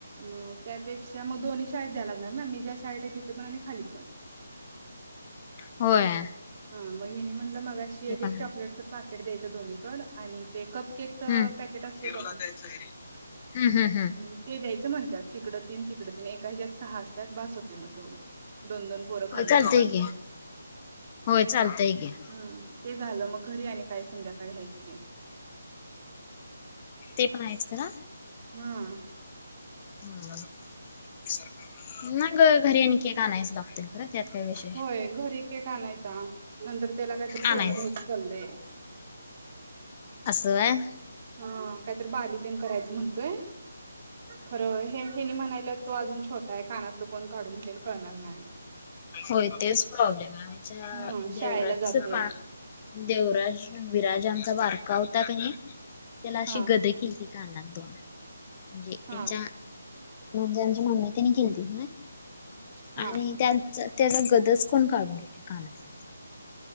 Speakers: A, on the right (about 30°); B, on the left (about 25°).
A: म त्यापेक्षा मग दोन्ही शाळेत द्याय लागणार ना, मी ज्या शाळेत आहे तिथं पण आणि खाली पण.
B: होय.
A: हा. मग हेनी म्हटलं मगाशी.
B: ते
A: एक
B: पण
A: एक चॉकलेट
B: ह
A: चं पाॅकेट द्यायचं, दोन्हीकडं आणि ते कपकेक च
B: हम्म
A: पॅकेट असते बघा.
B: <unintelligible> हम्म हम्म
A: हम् ते द्यायचं म्हणतात तिकडं तीन, तिकडं तीन एका ह्याच्या्यात सहा असत्या बास होत मग तेवढं दोन दोन पोरं
B: होय
A: खाल्ली,
B: चालतय
A: तरी बास
B: की
A: आहे.
B: होय चालतंय कि,
A: हम्म.. ते झालं मग घरी आणि, काय संध्याकाळी ह्यायच की.
B: ते पण आहेच खरं
A: हम्.
B: <unintelligible> घरी आणि, केक आणायच लागतोय खरं त्यात काय विषय
A: होय. घरी केक आणायचा, नंतर त्याला काहीतरी सोनं
B: आणायच
A: घ्यायचं. चललंय
B: असं व्हयं.
A: हा कायतरी बाली तेन करायचं म्हणतोय खरं हे हेनी म्हणायला तो अजून छोटा आहे कानातलं कोण काढून घेल कळणार नाही
B: होय तेच प्रॉब्लेम आहे, आमच्या
A: हा शाळेला
B: देवराच
A: जातोय
B: पा देवराज विराज आमचा बारका होता कणी, तिला अशी
A: हा
B: गदे. किलती का अना दोन म्हणजे
A: हा
B: त्यांच्या म्हणजे, आमच्या मम्मी तेनी केेलेती ना.
A: हा.
B: आणि, त्या त्याचा गदच कोण काढून घेतला कानातल्याचा